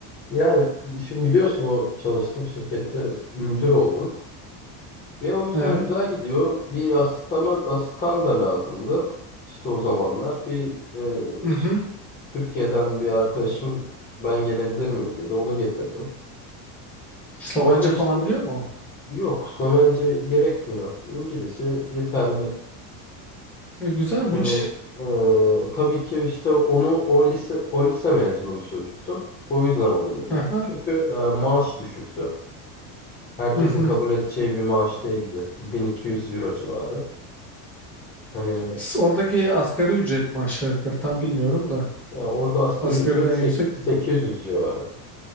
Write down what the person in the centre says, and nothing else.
Evet.
Hı
hı.
Slovence
falan biliyor mu
o? E, güzelmiş.
Aha.
Hı hı.
S- Oradaki asgari ücret mi aşağı yukarı tam bilmiyorum da.
Asgariden
yüksek
mi?